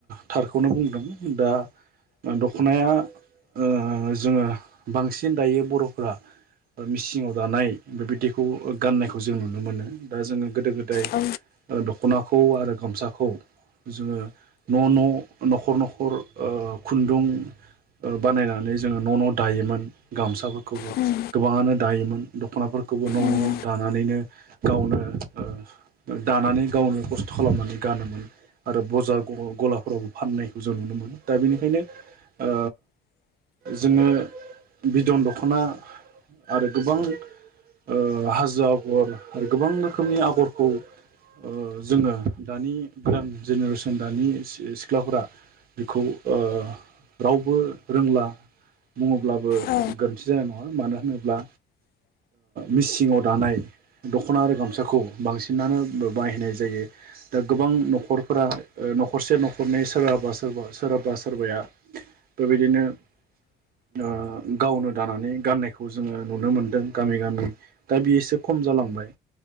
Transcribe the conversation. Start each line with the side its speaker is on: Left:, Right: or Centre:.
Right: थारखौनो बुंदों दा दखनाया ओ जोङो बांसिन दायो बर'फोरा मिसिङाव दानाय बेबायदिखौ गाननायखौ जों नुनो मोनो दा जोङो गोदो गोदाय
Left: ओं औ
Right: नाखौ आरो गामसाखौ जोङो न' न' न'खर न'खर ओ खुन्दुं बानायनानै ओ जोङो न' न' दायोमोन गामसाफोरखौबो
Left: उम
Right: गोबाङानो दायोमोन दखनाफोरखौबो न'
Left: उम
Right: न' दानानैनो गावनो ओ ओ दानानै गावनो खस्थ खालामनानै गानोमोन आरो बजार गलाफोरावबो फाननायखौ जों नुनो मोनो दा बेनिखायनो ओ जोङो बिदन दखना आरो गोबां ओ हाजो आगर आरो गोबां रोखोमनि आगरखौ ओ जोङो दानि गोदान जेनेरेसन दानि सि-सिख्लाफोरा बेखौ ओ रावबो रोंला बुङोब्लाबो
Left: औ
Right: गोरोन्थि जानाय नङा। मानो होनोब्ला मिसिङाव दानाय दखना आरो गामसाखौ बांसिनानो बा- बाहायनाय जायो। दा गोबां नख'रफोरा ओ नख नख'रसे नख'रनै सोरहाबा सोरबा सोरहाबा सोरबाया बेबायदिनो ओ गावनो दानानै गाननायखौ जोङो नुनो मोनदों गामि गामि दा बेयोसो खम जालांबाय